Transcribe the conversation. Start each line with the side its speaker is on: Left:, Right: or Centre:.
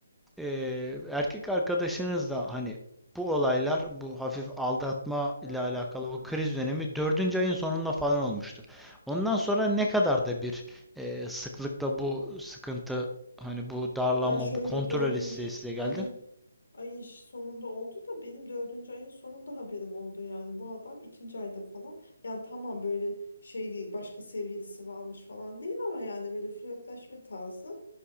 Centre: eee, erkek arkadaşınız da hani bu olaylar bu hafif aldatma
Left: hı.
Centre: ile alakalı bu kriz dönemi dördüncü ayın sonunda falan olmuştu. Ondan sonra ne kadar da bir eee, sıklıkla bu sıkıntı hani bu darlanma
Left: Ya şöyle
Centre: bu kontrol
Left: dördüncü
Centre: isteği size
Left: ayın
Centre: geldi?
Left: ayın ş- sonunda oldu da benim dördüncü ayın sonunda haberim oldu yani bu adam ikinci ayda falan yani tamam böyle şey değil başka sevgilisi varmış falan değil ama yani böyle flörtleşme tarzı